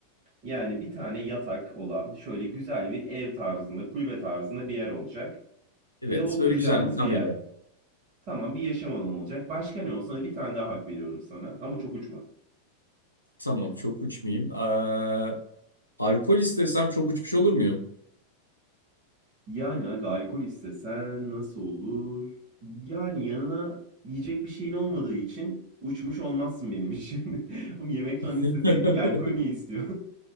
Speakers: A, on the right; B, on the left.
A: Yani bir tane yatak olan şöyle güzel bir ev tarzında, kulübe tarzında bir yer olacak.
B: Evet
A: Bir de oturacağımız
B: böyle güzel bir kamelya.
A: bir yer. Tamam bir yaşam alanı olacak. Başka ne olsun? Hadi bir tane daha hak veriyorum sana. Ama çok uçma.
B: Tamam çok uçmayayım. Ee, alkol istesem çok uçmuş olur muyum?
A: Yani aga alkol istesen nasıl olur? Yani yanına yiyecek bir şeyin olmadığı için uçmuş olmazsın benim için. <laughs> Oğlum yemek falan isteseydin
B: <laughs>
A: ya alkol ne istiyor?